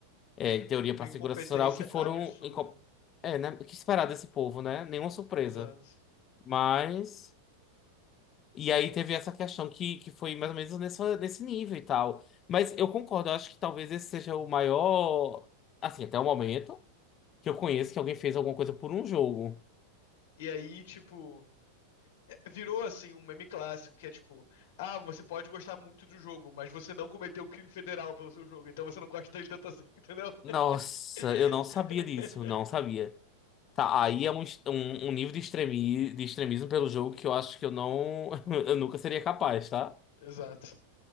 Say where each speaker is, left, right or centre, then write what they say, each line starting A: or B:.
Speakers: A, on the left; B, on the left.
A: É,
B: Uma, inc-
A: em teoria
B: uma
A: para
B: incompetência
A: segurança nacional, que foram.
B: absurda.
A: inco- É, né? O que esperar desse povo, né? Nenhuma surpresa.
B: Exato.
A: Mas. E aí teve essa questão que, que foi mais ou menos nessa, nesse nível e tal. Mas eu concordo, eu acho que talvez esse seja o maior. Assim, até o momento, que eu conheço que alguém fez alguma coisa por um jogo.
B: E aí, tipo. Virou assim um meme clássico que é tipo, ah, você pode gostar muito do jogo, mas você não cometeu crime federal pelo seu jogo, então você não gosta dele tanto assim, entendeu?
A: Nossa,
B: <laughs>
A: eu não sabia disso, não sabia. Tá, aí é um, est- um, um nível de, extremi, de extremismo pelo jogo que eu acho que eu não. <laughs> Eu nunca seria capaz, tá?
B: Exato.